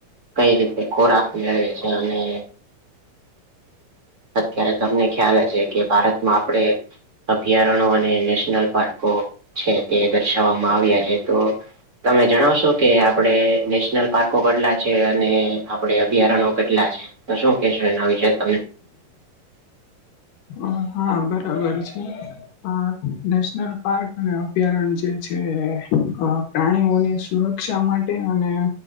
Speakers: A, on the right; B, on the left.
A: કઈ રીતે ખોરાક મેળવે છે અને અત્યારે તમને ખ્યાલ હશે કે ભારતમાં આપણે અભયારણ્ય અને નેશનલ પાર્કો છે તે દર્શાવવામાં આવ્યા છે તો તમે જણાવશો કે આપડે નેશનલ પાર્કો કેટલા છે અને આપડે અભયારણ્યો કેટલા છે. તો શું કેશો એના વિશે તમે
B: છે હા બરાબર છે. આ નેશનલ પાર્ક અને અભયારણ જે છે. અ પ્રાણીઓની સુરક્ષા માટે અને